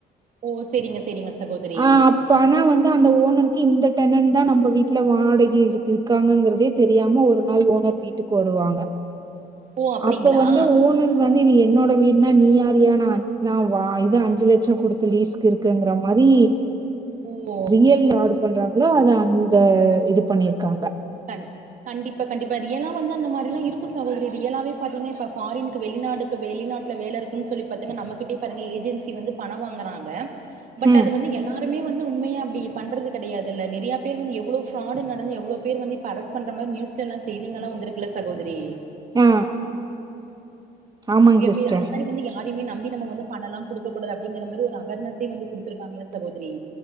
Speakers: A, on the right; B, on the right.
A: ஓ சேரிங்க சேரிங்க சகோதரி
B: ஆ அப்ப ஆனா வந்து அந்த ஓனருக்கு இந்த டென்னன் ந்தா நம்ப வீட்ல வாடகை இருக்கு இருக்காங்கங்கிறதே தெரியாம ஒரு நாள் ஓனர் வீட்டுக்கு வருவாங்க
A: ஓ அப்டிங்களா
B: அப்ப வந்து ஓனர் வந்து இது எ என்னோட வீடுனா நீயாருயா நா நாவா இது அஞ்சு லெச்சோ குடுத்து லீஸ்க்கு இருக்கேங்கிற மாரி
A: ஓ
B: ரியல் ஆடு பண்றாங்ளோ அத அந்த இது பண்ணிருக்காங்க
A: கண் கண்டிப்பா கண்டிப்பா ரியலா வந்து அந்த மாரிலா இருக்கு சகோதரி ரியலாவே பாத்தீங்னா இப்ப ஃபாரின்க்கு வெளிநாடுக்கு வெளிநாட்ல வேல இருக்குன் சொ தோழி பாத்துங்க நம்மகிட்டே பாருங்க ஏஜென்சி வந்து பண வாங்கறாங்க பட்
B: ம்.
A: அது வந்து எல்லாருமே வந்து உண்மையா அப்டி பண்றது கெடையாதுல்ல நெறையா பேரு வந்து எவ்ளோ ஃப்ராடு நடந்து எவ்ளோ பேரு வந்து இப்ப அரஸ் பண்ற மாரி நியூஸ்லலா செய்திங்களா வந்திருக்குல சகோதரி
B: ஆ ஆமாங்க
A: நெறைய
B: சிஸ்டர்.
A: பேர் அது மாரி வந்து யா யாரையுமே நம்பி நம்ம வந்து பணலா குடுக்க கூடாது அப்டிங்கற மாரி ஒரு அவர்னஸ்ஸே வந்து குடுத்துருக்காங்கள சகோதரி